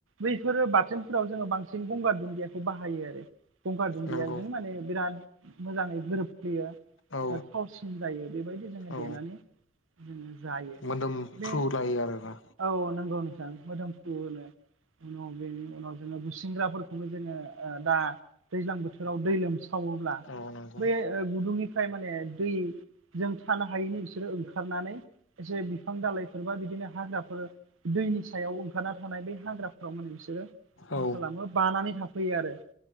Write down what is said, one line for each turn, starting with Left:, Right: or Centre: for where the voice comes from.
Right: बैफोरो बाथोनफोराव जोङो बांसिन गंगार दुन्दिया बाहायो आरो गंगार दुन्दिया
Left: नंगौ
Right: जों माने बिराद मोजाङै गोरोबफैयो।
Left: औ
Right: थावसिन जायो बेबायदि जो देनानै
Left: औ
Right: जोङो जायो
Left: मोदोमफ्रु
Right: बे
Left: लायो आरोना
Right: औ नंगौ नोंथां मदोमफ्रुनो उनाव बेनि उनाव जोङो बुसिंग्राफोरखौबो जोङो ओ दा दैज्लां बोथोराव दै लोमसाव अब्ला
Left: औ नंगौ
Right: बे गुदुंनिफ्राय माने दै थानो हायिनि बिसोरो ओंखारनानै एसे बिफां दाालइफोर बा बिदिनो हाग्राफोर दैनि सायाव ओंखारना थानाय बै हाग्राफ्राव माने बिसोरो
Left: औ
Right: मा खालामो बानानै थाफैयो आरो